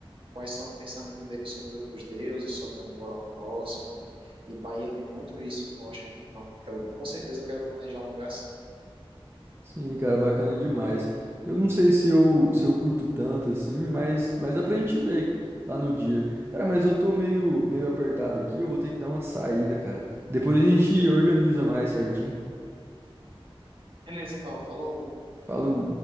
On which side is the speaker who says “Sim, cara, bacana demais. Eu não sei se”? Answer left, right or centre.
Right